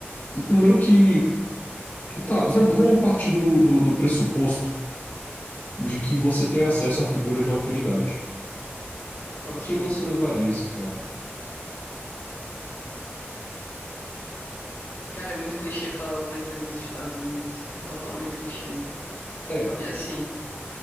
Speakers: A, on the left (about 55°); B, on the left (about 80°).
A: primeiro que. Tá, vamos, vamos partir do, do, do pressuposto de que você tem acesso à figura de autoridade.
B: Ok.
A: Pra quem você levaria esse cara?
B: Cara, é muito clichê falar o presidente dos Estados Unidos. É totalmente clichê, né?
A: É.
B: Porque assim.